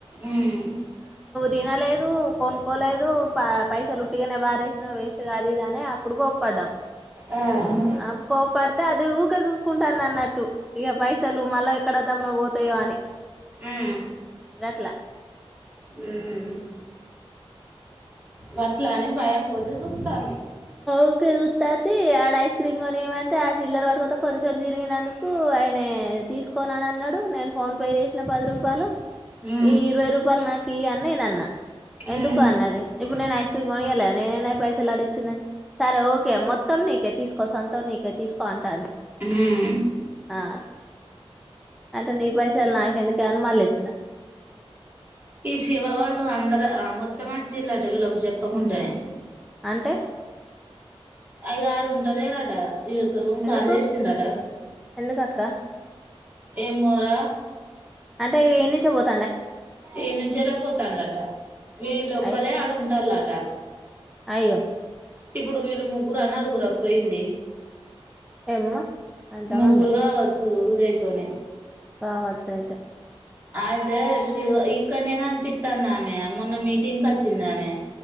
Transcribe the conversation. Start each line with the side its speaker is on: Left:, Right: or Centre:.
Right: ఉమ్
Centre: తినలేద్ దు కొనుకోలేదు పా పైసలు ఉట్టిగానే బారేసినావ్ వేస్ట్ కాది అని అప్పుడు కోప్పడ్డాం
Right: ఆ ఉమ్
Centre: అ కోప్పడితే అది ఊకెసూస్ కుంటాందన్నట్టు ఇక పైసలు మళ ఇక్కడ దబున పోతాయో అని
Right: ఉమ్
Centre: గట్ల
Right: హుమ్ వట్ల అని భయం కొద్ది చూస్తంది
Centre: ఉక ఎగుత్తాంది ఆడ ఐస్ క్రీమ్ కొనిమంటే ఆ చిల్లర్ వటుకతే కొంచెం చినిగినందుకు నే తీసుకోనన్ అన్నాడు నేను ఫోన్ పే చేసిన పది రూపాయలు
Right: ఉమ్
Centre: ఈ ఇరవై రూపాయలు నాకి ఇయి నేను ఇయనన్న ఎందుకు
Right: ఉమ్
Centre: అన్నది ఇప్పుడు నేను ఐస్ క్రీమ్ కొనియలేదు నేనే లే పైసలు ఆడిచ్చిందంటే సరే ఓకే మొత్తం ని నీకే తీసుకో సంతో నీకే తీసుకో అంటాంది
Right: ఉమ్
Centre: ఆ అంటే నీ పైసలు నాకెందుకని మళ్ళి ఇచ్చిన
Right: ఈ శివవాళ్ళు అందరు మొత్తం వచ్చిళ్ళట వీళ్ళకి చెప్పకుంటనే
Centre: అంటే
Right: అయ్య ఆడున్ డలేరట ఇదొక రూమ్
Centre: ఎందుకు
Right: కాలిజేసిందట
Centre: ఎందుకక్క
Right: ఎమ్మోరా
Centre: అంటే ఏన్నించ పోతు
Right: ఈన్నుంచేలే పోతళ్ళటా వీళ్ళోక్కలే
Centre: అయ్యో
Right: ఆడుంటాల్లట
Centre: అయ్యో
Right: ఇప్పుడు వీళ్ళు ముగ్గురా నలుగురా పోయింది
Centre: ఏమ్మా ఎంతమందో
Right: ముగ్గురుగావచ్చు జైతోనే
Centre: కా వచ్చయితే
Right: అదే శివ ఇక్కడనే కనిపిత్తం దామే మొన్న మీటింగ్ కి వచ్చిందామె